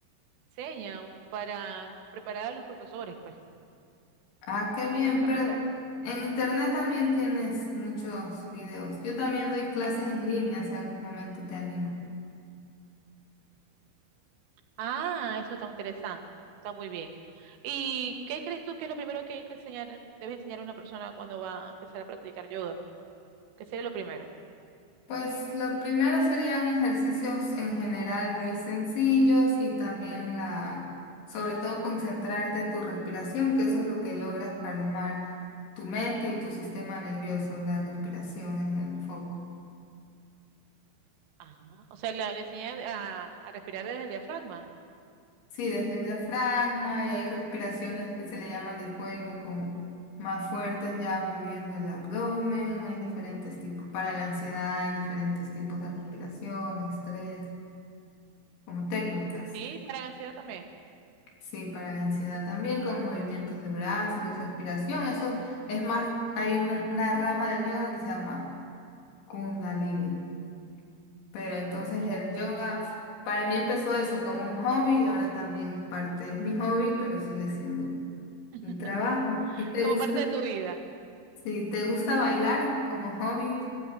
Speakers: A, on the right; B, on the left.
A: enseñan para preparar a los profesores, pues,
B: Ah, qué bien,
A: en la capital.
B: pero en internet también tienes muchos videos. Yo también doy clases en línea, si algún momento te animas.
A: Ah, eso está muy interesante, está muy bien. ¿Y qué crees tú que es lo primero que hay que enseñar, debe enseñar a una persona cuando va a empezar a practicar yoga? ¿Qué sería lo primero?
B: Pues lo primero serían ejercicios en general muy sencillos y también la, sobre todo concentrarte en tu respiración, que eso es lo que logras calmar tu mente y tu sistema nervioso. La respiración es el foco.
A: Ah, o sea, la- le enseñan a, a respirar desde el diafragma,
B: Sí, desde el diafragma y hay respiraciones que se le llaman de fuego, como más fuertes ya moviendo el abdomen. Hay diferentes tipos. Para la ansiedad hay diferentes tipos de respiración, estrés, como técnicas.
A: ¿sí? Para la ansiedad también.
B: Sí, para la ansiedad también, con movimientos de brazos y respiración. Eso es más, hay una, una rama del yoga que se llama Kundalini. Pero entonces
A: Ah,
B: el yoga, para mí empezó eso como un hobby y ahora también es parte, es mi hobby, pero sigue siendo
A: <laughs>
B: un trabajo. ¿Y te
A: Como
B: gusta?
A: parte de tu vida.
B: Si te gusta bailar como hobby,